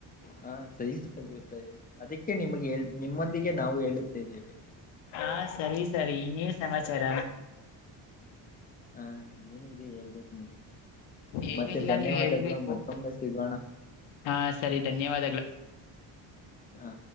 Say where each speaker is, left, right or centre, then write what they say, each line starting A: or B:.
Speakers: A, on the left; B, on the left.
A: ಹಾ ಸಹಿಸಕೊಂಡತಾ ಇದೆ ಅದಕ್ಕೆ ನಿಮಗೆ ನಿಮ ನಮ್ಮಂದಿಗೆ ನಾವು ಹೇಳುತ್ತಿದ್ದೇವೆ
B: ಹಾ ಸರಿ ಸರಿ ಇನ್ನೇನ್ ಸಮಾಚಾರ
A: ಹಾ ಏನಿದೆ ಹೇಳ್ಬೇಕು ನೀಗೆ
B: ಏನಿಲ್ಲ
A: ಮತ್ತೆ ಧನ್ಯವಾದಗಳು
B: ನೀವ್ ಹೇಳ್ಬೇಕು
A: ಮತ್ತೊಮ್ಮೆ ಸಿಗೋಣ
B: ಹಾ ಸರಿ ಧನ್ಯವಾದಗಳು
A: ಹಾ